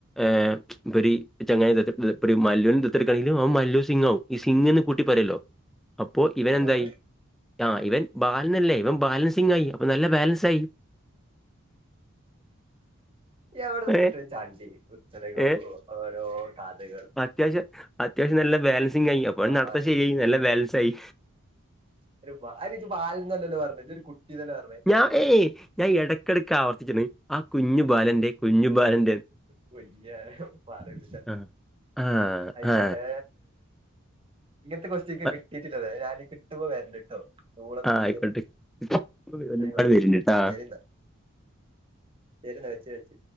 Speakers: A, in the centre; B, on the right (about 25°).
A: ആഹ് ഇപ്പൊ ചങ്ങായി മല്ലുനേ ദത്ത് എടുക്കുവാണ്ണാക്കി അവൻ മല്ലുസിങ് ആവും സിംഗ് എന്ന് കുട്ടി പറയല്ലോ അപ്പോ ഇവൻ
B: അതുകൊണ്ട്
A: എന്തായി ആഹ് ഇവൻ ബാലനല്ലേ ഇവൻ ബാലൻസിങ് ആയി അപ്പൊ നല്ല ബാലൻസ് ആയി
B: അവിടെ നിക്കിട്ട്
A: ഏ
B: ചാണ്ടി ഉത്തരങ്ങള
A: ഏ
B: ഓരോ കഥകളും
A: അത്യാവശ്യം അത്യാവശ്യം നല്ല ബാലൻസിംഗ ആയി അപ്പോഴ
B: ബാലൻസ്
A: നടത്ത ശരിയായി നല്ല ബാലൻസ് ആയി
B: <unintelligible> ബാലൻ എന്നല്ലല്ലോ പറഞ്ഞേ ഒരു കുട്ടിന്നല്ലേ പറഞ്ഞേ
A: ഞാൻ ഏയ് ഞാൻ ഇടയ്ക്കിടക്ക് ആവർത്തിച്ചിരുന്നു ആ കുഞ്ഞു ബാലൻന്റെ കുഞ്ഞു ബാലന്റെ
B: <unintelligible>
A: ആ ആ
B: ആയിക്കോട്ടെ
A: ആ
B: ഇങ്ങനത്തെ കോസ്റ്റിയൻ എനിക്ക്
A: ആ,
B: കിട്ടിട്ട് ഇല്ല വേറെ ഞൻ കിട്ടുപോ വരകേട്ടോ ഓൾ തെ ബെസ്റ്റ്
A: ആയിക്കോട്ടെ ഒരുപാട്
B: ആയിക്കോട്ടെ
A: പേരുണ്ട് കേട്ടോ
B: ശരി എന്നാ <unintelligible> വെച്ചു വെച്ചു